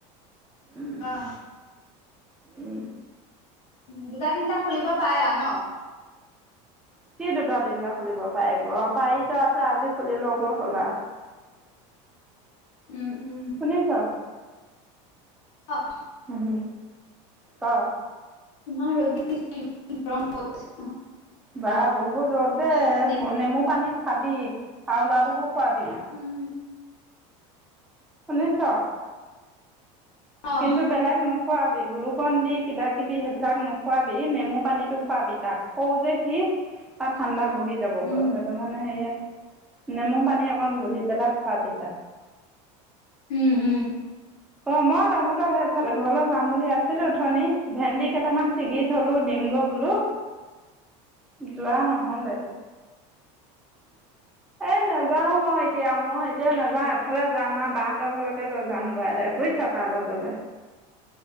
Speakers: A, in the centre; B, on the left.
A: উম,
B: অ'।
A: উম।
B: দুটা, তিনিটা খুলিব পায় আউ ন'।
A: কি দুটা তিনিটা খুলিব পায় ক পাৰিতো, আছে, আজি খুলি লওঁ, খোলা। <inaudible>
B: উম, উম।
A: শুনিছ?
B: অঁ।
A: উম ক
B: ইমান ৰ'দ, <unintelligible> গৰম।
A: বা বহুত ৰ'দ দেই,
B: পৰিছে
A: নেমু পানী খাবি, আউ ল'ৱা টোকো খোৱাবি।
B: উম।
A: শুনিছ?
B: অহ,
A: কিন্তু বেলেগ নো খোৱাবি, গ্লুকন দি কিবা কিবি সেইবিলাক নোখোৱাবি, নেমু পানীটো খোৱাবি তাক, সউ যে সি। তাত
B: উম,
A: ঠাণ্ডা
B: উম,
A: বহি যাব
B: উম।
A: গৈ হেট টো কাৰণে ইয়াক, নেমু পানী অকণ গলি পেলাই খোৱাবি তাক।
B: উম, উম।
A: ক, মই তহঁতৰ সেইফালে, ঘৰলৈ যাম বুলি আছিলোঁ উথনি। ভেন্দি কেইটামান ছিগি থলোঁ দিমগৈ বোলো যোৱা নহ'লে। এ নেযাও মই এতিয়া মই এতিয়া নাযাওঁ এফালে যাম আউ বাহঁতৰ ঘৰলৈকে লৈ যাম গৈ আউ বুইছ তালৈ গলে।